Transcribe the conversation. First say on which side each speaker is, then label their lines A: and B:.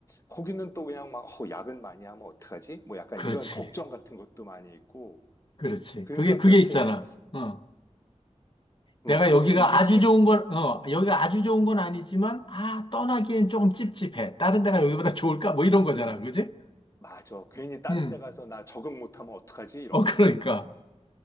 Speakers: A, on the left; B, on the left.
A: 거기는 또 그냥 막 어, 야근 많이 하면 어떡하지? 뭐 약간
B: 그렇지.
A: 이런 걱정 같은 것도 많이 있고
B: 그렇지.
A: 그러니까
B: 그게, 그게
A: 그렇게,
B: 있잖아. 어.
A: 어,
B: 내가
A: 그렇게
B: 여기가
A: 익숙,
B: 아주 좋은 건, 어, 여기가 아주 좋은 건 아니지만, 아, 떠나기엔 조금 찝찝해. 다른 데가 여기보다 좋을까? 뭐 이런 거잖아. 그지?
A: 맞아. 괜히 다른
B: 음,
A: 데 가서 나 적응 못하면 어떡하지? 이런
B: 어,
A: 거.
B: 그러니까.